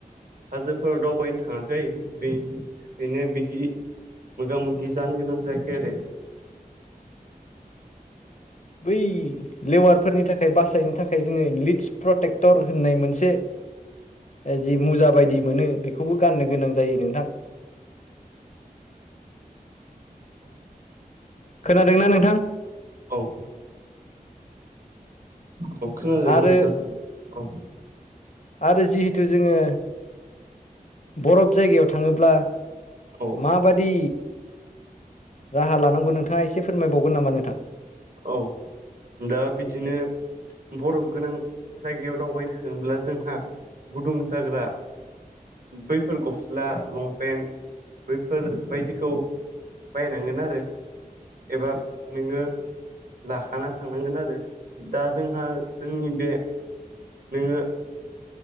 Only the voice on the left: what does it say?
बै लेवारफोरनि थाखाय बासायनो थाखाय जोङो लिदस प्रटेक्टर होननाय मोनसे जि मुजा बायदि मोनो बेखौबो गाननो गोनां जायो नोंथां।
खोनादोंना नोंथां?
आरो
आरो जिहेथु जोङो बरफ जायगायाव थाङोब्ला
माबादि राहा लानांगौ नोंथाङा एसे फोरमायबावगोन नामा नोंथां?